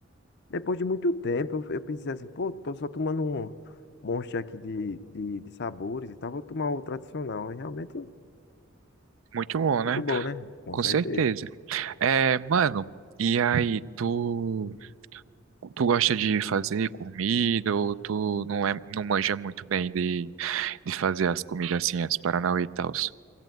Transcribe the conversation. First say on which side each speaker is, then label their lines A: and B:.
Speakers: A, on the left; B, on the right.
A: depois de muito tempo eu, eu pensei assim, pô, tô só tomando um Monster aqui de, de, de sabores e tal, vou tomar o tradicional. E realmente
B: muito bom, né?
A: muito bom, né? Com
B: Com
A: certeza.
B: certeza. É, mano, e aí, tu. Tu gosta de fazer comida ou tu não é, não manja muito bem de, de fazer as comidas assim, as Paranauê e tal?